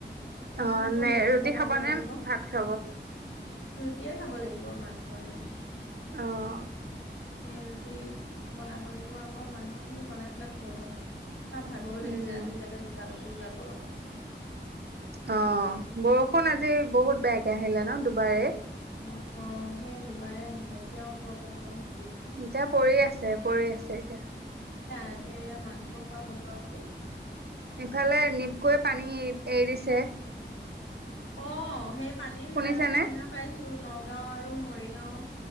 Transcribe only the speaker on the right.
অ'
নে ৰুটি
খাব
নে ভাত খাব।
অ--হ
উম উম
অ ব বৰষুণ আজি বহুত বেয়াকে আহিলে। ন দুবাৰে
এতিয়া পৰি আছে পৰি আছে এতিয়া
ইফালে নিপকৈ পানী এৰিছে
শুনিছেনে?